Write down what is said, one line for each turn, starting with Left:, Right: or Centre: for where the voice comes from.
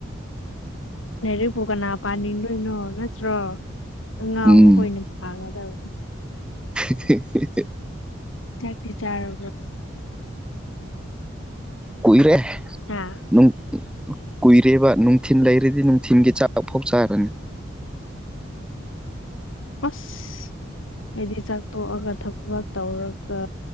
Left: ꯂꯥꯏꯔꯤꯛꯄꯨ ꯀꯅꯥ ꯄꯥꯅꯤꯡꯗꯣꯏꯅꯣ ꯅꯠꯇ꯭ꯔꯣ ꯑꯉꯥꯡꯕꯣꯏꯅ
Centre: ꯎꯝ
Left: ꯐꯥꯒꯗꯕ
Centre: <inaudible>
Left: ꯆꯥꯛꯔꯤ ꯆꯔ
Centre: ꯀꯨꯏꯔꯦ
Left: ꯑꯥ
Centre: ꯅꯨꯡ ꯀꯨꯏꯔꯦꯕ ꯅꯨꯡꯊꯤꯜ ꯂꯩꯔꯗꯤ ꯅꯨꯡ ꯊꯤꯝꯒꯤ ꯆꯥ ꯐꯥꯎ ꯆꯥꯔꯅꯤ
Left: ꯑꯁ ꯑꯩꯗꯤ ꯆꯥꯛꯇꯣꯛꯑꯒ ꯊꯕꯛ ꯇꯧꯔꯒ